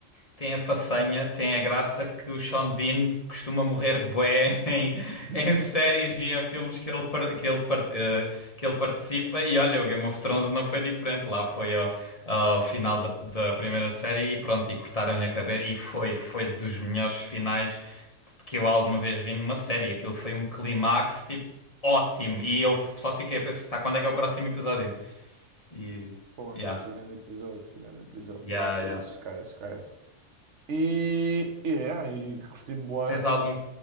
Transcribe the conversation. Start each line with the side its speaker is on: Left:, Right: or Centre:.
Left: tem a façanha, tem a graça que o Sean Bean costuma morrer bué <laughs> em,
Right: <laughs>
Left: em séries e em filmes que ele, par- que ele, par- eh, que ele participa. E olha, o Game of Thrones não foi diferente. Lá foi ao, ao final da, da primeira série e pronto, e cortaram-lhe a cabeça. E foi, foi dos melhores finais que eu alguma vez vi numa série. Aquilo foi um clímax, tipo, ótimo. E eu só fiquei a pensar, quando é que é o próximo episódio? E.
Right: pô, amigo,
Left: Yeah.
Right: chegando episódio, chegando episódio
Left: Yeah,
Right: lá,
Left: yeah.
Right: isso, esquece, esquece. E, e é, e curti Boé.
Left: Tens algum.